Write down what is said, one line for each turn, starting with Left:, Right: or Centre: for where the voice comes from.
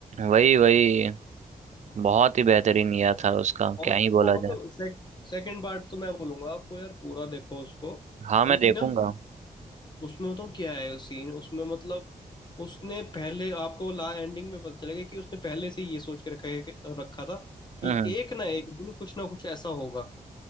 Right: वही वही बहुत ही बेहतरीन किया था उसका
Left: और
Right: क्या ही बोला
Left: वो
Right: जाए
Left: मतलब सेक, सेकंड पार्ट तो मैं बोलूंगा आपको यार पूरा देखो उसको क्योंकि
Right: हाँ मैं देखूंगा
Left: ना उसमें बताऊँ क्या है उस सीन उसमें मतलब उसने पहले आपको ला एंडिंग में पता चलेगा कि उसने पहले से ये सोच के रखा है कि- रखा था कि
Right: हम्म
Left: एक ना एक दिन कुछ ना कुछ ऐसा होगा कि